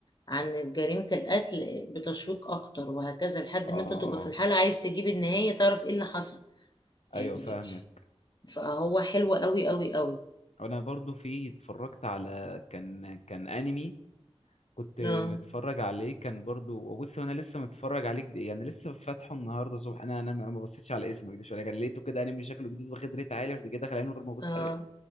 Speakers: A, on the left; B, on the left.
A: عن جريمة القتل بتشويق أكتر وهكذا لحد
B: اه اه
A: ما أنت تبقى في الحلقة عايز تجيب النهاية تعرف إيه اللي حصل يعني
B: ايوه فاهمك
A: فهو حلو قوي قوي قوي
B: انا برضو في اتفرجت على كان كان انمي كنت متفرج
A: اه
B: عليه كان برضو بص انا لسه متفرج عليه جد- يعني لسه فاتحه النهارده الصبح انا انا ما بصيتش على اسمه ما اكدبش عليك انا لقيته كده انمي شكله جديد واخد ريت عالي رحت جاي داخل عليه من غير ما ابص
A: اه
B: على اسمه